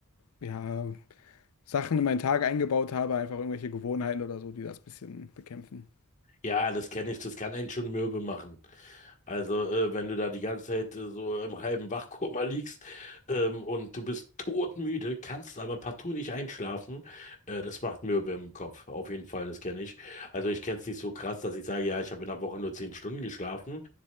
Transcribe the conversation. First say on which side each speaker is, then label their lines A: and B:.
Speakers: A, on the left (about 75°); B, on the left (about 35°).
A: äh, ja, Sachen in meinen Tag eingebaut habe, einfach irgendwelche Gewohnheiten oder so, die das ein bisschen bekämpfen.
B: Ja, das kenne ich, das kann einen schon mürbe machen. Also, äh, wenn du da die ganze Zeit äh, so im halben Wachkoma liegst ähm, und du bist todmüde, kannst aber partout nicht einschlafen, äh, das macht mürbe im Kopf. Auf jeden Fall, das kenne ich. Also, ich kenne es nicht so krass, dass ich sage, ja, ich habe in der Woche nur zehn Stunden geschlafen.